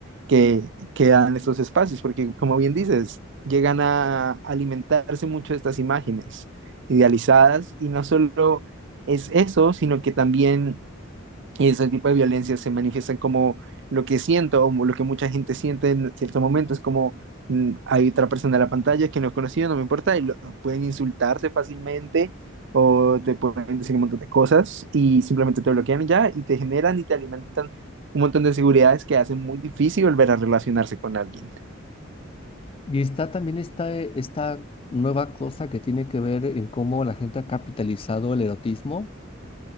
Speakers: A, on the right; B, on the left.
A: que, que dan estos espacios, porque como bien dices, llegan a alimentarse mucho de estas imágenes idealizadas y no solo es eso, sino que también y ese tipo de violencia se manifiestan como lo que siento o lo que mucha gente siente en ciertos momentos, como mm, hay otra persona en la pantalla que no es conocido, no me importa, y lo- pueden insultarte fácilmente o te pueden decir un montón de cosas y simplemente te bloquean y ya y te generan y te alimentan un montón de inseguridades que hacen muy difícil volver a relacionarse con alguien.
B: Y está también esta, esta nueva cosa que tiene que ver en cómo la gente ha capitalizado el erotismo.